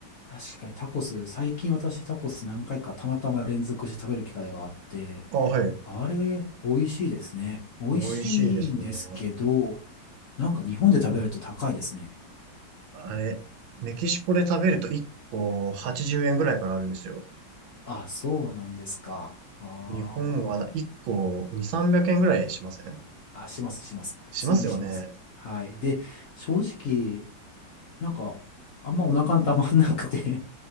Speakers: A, on the left; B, on the right.
A: あ、確かにタコス、最近私タコス何回かたまたま連続して食べる機会があって、
B: あ、はい。
A: あれ、美味しいですね。美味しいんですけど、
B: 美味しいですね。
A: なんか日本で食べると高いですね。
B: あれ、メキシコで食べると1個80円ぐらいからあるんですよ。
A: あ、そうなんですか。あ
B: 日本は1個2、300円ぐらいしません
A: ーあ、します、します。普通にします。
B: しますよね。
A: はい。で、正直、なんか、あんまお腹にたまんなくて